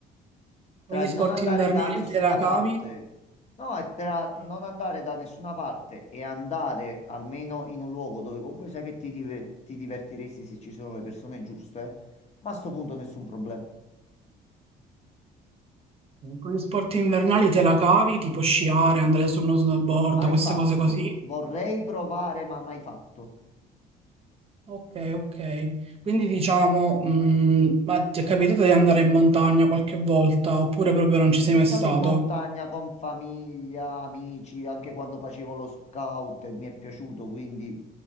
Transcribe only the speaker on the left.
Tra
il
non andare
da nessuna
parte,
no, è tra
non andare da nessuna parte e andare almeno in un luogo dove comunque sai che ti, dive- ti divertiresti se ci sono le persone giuste, ma a sto punto nessun problema.
Mai
fatto.
Vorrei provare, ma mai fatto.
Sì,
sono
stato
in montagna con famiglia, amici, anche quando facevo lo scout e mi è piaciuto, quindi